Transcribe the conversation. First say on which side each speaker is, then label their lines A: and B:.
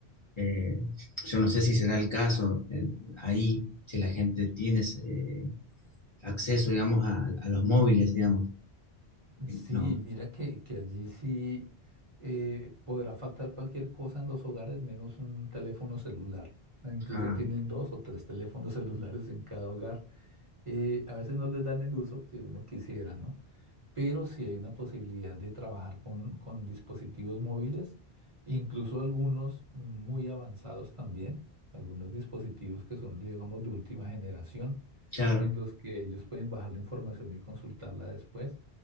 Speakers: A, on the left; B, on the right.
A: eh, yo no sé si será el caso eh, ahí, si la gente tiene eh, acceso, digamos, a, a los móviles, digamos,
B: Sí,
A: no.
B: mira que, que allí sí eh, podrá faltar cualquier cosa en los hogares menos un teléfono celular. Ah, Incluso
A: Ah,
B: tienen dos o tres teléfonos <laughs> celulares en cada hogar. Eh, a veces no les dan el uso que uno quisiera, ¿no? Pero sí hay una posibilidad de trabajar con, con dispositivos móviles, incluso algunos muy avanzados también, algunos dispositivos que son, digamos, de última generación
A: claro.
B: en los que ellos pueden bajar la información y consultarla después.